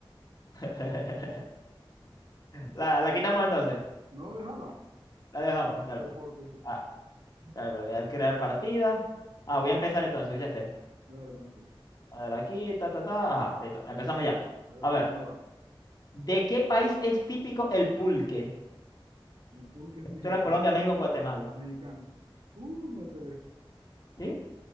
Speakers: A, on the left; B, on the right.
A: <laughs> La, la quitamos entonces.
B: No, déjala.
A: La dejamos. Dale, pues.
B: Deporte, sí.
A: Ah, dale, pues, voy a dar crear partida. Ah, voy a empezar entonces, ya esté.
B: Dale, tranquilo.
A: A ver, aquí, ta, ta, ta. Ajá, listo. Empezamos ya.
B: A ver
A: A
B: cómo
A: ver,
B: me va.
A: ¿de qué país es típico el pulque?
B: El pulque es mexicano.
A: Solo Colombia, México, Guatemala.
B: Mexicano. Uh, me peleé.
A: ¿Sí?